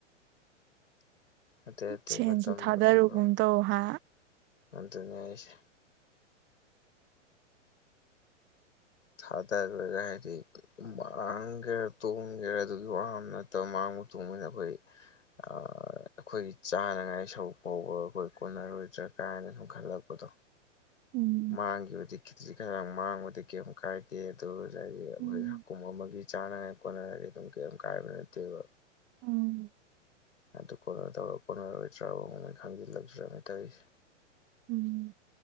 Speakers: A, on the left; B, on the right.
A: ꯑꯇꯩ ꯑꯇꯩ
B: ꯁꯦꯟꯖꯨ
A: ꯃꯇꯝꯗ
B: ꯊꯥꯗꯔꯨꯒꯨꯝ
A: ꯑꯣꯏꯔꯤꯕ
B: ꯇꯧ ꯍꯥ
A: ꯑꯗꯨꯅꯦ ꯍꯥꯏꯁꯦ ꯊꯥꯗ ꯔꯨꯔꯒ ꯍꯥꯏꯗꯤ ꯃꯥꯡꯒꯦꯔ ꯇꯣꯡꯒꯦꯔꯥ ꯑꯗꯨꯒꯤ ꯋꯥ ꯅꯠꯇꯕ ꯃꯥꯡꯕ ꯇꯣꯡꯕꯅꯤꯅ ꯑꯩꯈꯣꯏ ꯑ ꯑꯩꯈꯣꯏꯒꯤ ꯆꯥꯅꯉꯥꯏ ꯁꯔꯨꯛ ꯐꯥꯎꯕ ꯑꯩꯈꯣꯏ ꯀꯣꯟꯅꯔꯣꯏꯗ꯭ꯔꯥ ꯀꯥꯏꯅ ꯁꯨꯝ ꯈꯜꯂꯛꯄꯗꯣ
B: ꯎꯝ
A: ꯃꯥꯡꯈꯤꯕꯗꯤ ꯈꯤꯖꯤꯛ ꯈꯔꯥꯛ ꯃꯥꯡꯕꯗꯤ ꯀꯩꯝ ꯀꯥꯏꯗꯦ ꯅꯠꯇꯦ ꯑꯗꯨ ꯉꯁꯥꯏꯗꯤ ꯑꯩꯈꯣꯏ
B: ꯎꯝ
A: ꯍꯀꯨꯝ ꯑꯃꯒꯤ ꯆꯥꯅꯉꯥꯏ ꯈꯣꯠꯅꯉꯥꯏꯗꯤ ꯑꯗꯨꯝ ꯀꯔꯤꯝ ꯀꯥꯏꯕ ꯅꯠꯇꯦꯕ
B: ꯎꯝ
A: ꯑꯗꯨ ꯀꯣꯟꯅ ꯇꯧꯔꯒ ꯀꯣꯟꯅꯔꯣꯏꯗ꯭ꯔꯕꯣ ꯈꯪꯖꯤꯜꯂꯛꯇ꯭ꯔꯅ ꯇꯧꯔꯤꯁꯦ
B: ꯎꯝ